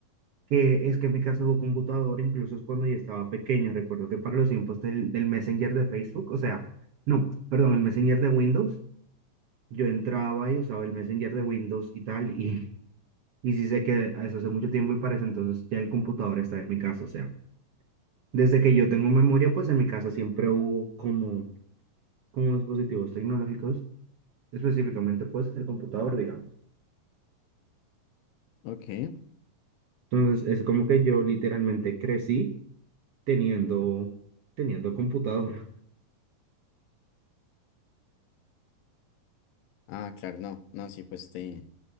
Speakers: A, on the right; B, on the left.
A: que es que en mi casa hubo computadora, incluso es cuando yo estaba pequeño. Recuerdo que para los tiempos del, del Messenger de Facebook, o sea, no, perdón, el Messenger de Windows, yo entraba y usaba el Messenger de Windows y tal, y, <laughs> y sí sé que eso hace mucho tiempo y para ese entonces ya el computador está en mi casa, o sea, desde que yo tengo memoria, pues en mi casa siempre hubo como, como dispositivos tecnológicos, específicamente pues el computador, digamos.
B: Ok.
A: Entonces es como que yo literalmente crecí teniendo, teniendo computadora.
B: Ah, claro, no, no, sí, pues este